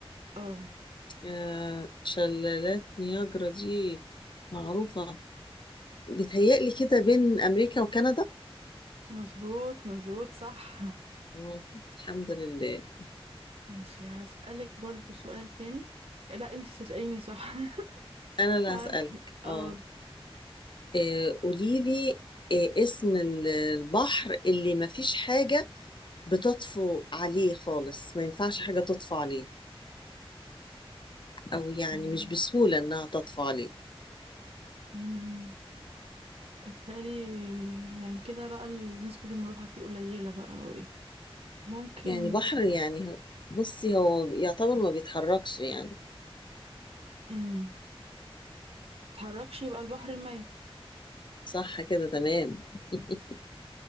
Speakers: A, on the right; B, on the left.
A: اه
B: آه، شلالات نياجرا دي معروفة بتهيألي كده بين أمريكا وكندا
A: مظبوط مظبوط صح
B: آه، الحمد لله
A: ماشي هسألك برضو سؤال تاني لا انت تسأليني صح <laughs>
B: أنا اللي
A: معلش
B: هسألك
A: اه
B: اه آه، قوليلي آه، اسم ال- البحر اللي مفيش حاجة بتطفو عليه خالص ما ينفعش حاجة تطفو عليه أو يعني
A: أمم،
B: مش بسهولة إنها تطفو عليه
A: أمم. بيتهيألي يعني كده بقى ال- نسبة المروحة فيه قليلة بقى او ايه ممكن
B: يعني بحر يعني ه- بصي هو يعتبر ما بيتحركش يعني
A: أمم، متتحركش يبقى البحر الميت
B: صح كده تمام <laughs>